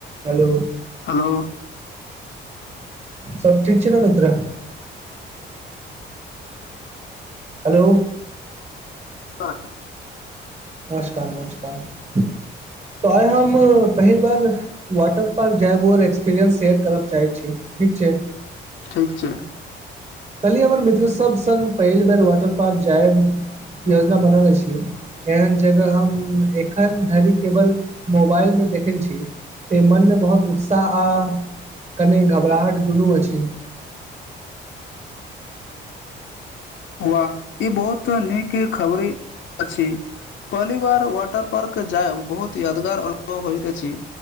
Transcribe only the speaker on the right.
hello
सब ठीक छै ने मित्र हेलो
नमस्कार नमस्कार तऽ आइ हम पहिल बार वाटर पार्क जायेब आओर एक्सपीरियंस शेयर करय चाहैत छी ठीक छै
कल्हि हमर मित्रसभ संग पहिल बेर वाटर पार्क जायब योजना बनल अछि एहन जगह हम एखन धरि केवल मोबाइल मे देखने छी तें मनमे बहुत उत्साह आ कने घबराहट दुनू अछि